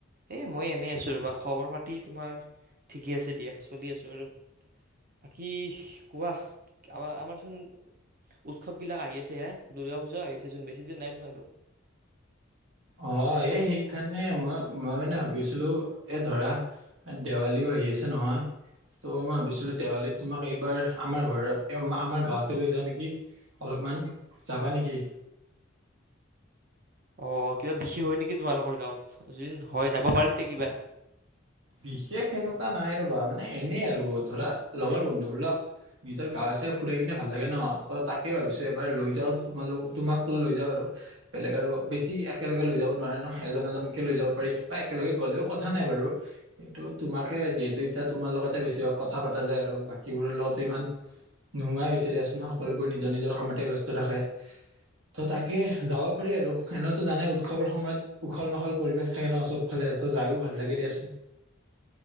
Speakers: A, on the right; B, on the right.
A: এ মই এনেই আছো ৰবা খবৰ পাতি তোমাৰ ঠিকে আছে দিয়া চলি আছো আৰু। বাকী কোৱা আমাৰ আমাৰচোন উৎসৱবিলাক আহি আছে হে দুৰ্গা পূজাও আহি আছেচোন বেছি দিন নাইচোন আৰু।
B: অ', এই সেই কাৰণে মই মই মানে ভাবিছিলো এ ধৰা দেৱালীও আহি আছে নহয়। ত' মই ভাবিছিলো দেৱালীত তোমাক এইবাৰ আমাৰ ঘৰত আমাৰ গাঁৱতে লৈ যাওঁ নেকি। অলপমান যাবা নেকি?
A: অ', কিবা বিশেষ হয় নেকি তোমালোকৰ গাঁৱত য হয় যাব পাৰি দে কিবা।
B: বিশেষ এনেকুৱা নাই ৰবা মানে এনেই আৰু ধৰা লগৰ বন্ধুবিলাক নিজৰ গাওঁ চাই ফুৰাই কিনে ভাল লাগে ন ত তাকে ভাবিছো এবাৰ লৈ যাওঁ তোমাল তোমাক লৈ যাওঁ আৰু। বেলেগ আৰু বেছি একেলগে লৈ যাব নোৱাৰে ন এজন এজনকে লৈ যাব পাৰি বা একেলগে গ'লেও কথা নাই বাৰু। কিন্তু তোমাকে যিহেতু এতিয়া তোমাৰ লগতে বেছিভাগ কথা পতা যায় আৰু বাকীবোৰৰ লগতো ইমান নোহোৱাই হৈছে দিয়াচোন সকলোবোৰ নিজৰ নিজৰ কামতে ব্যস্ত থাকে। ত' তাকে যাব পাৰি আৰু এনেতো জানাই উৎসৱৰ সময়ত উখল মাখল পৰিৱেশ থাকে ন' চব ফালে ত' যায়ো ভাল লাগে দিয়াচোন।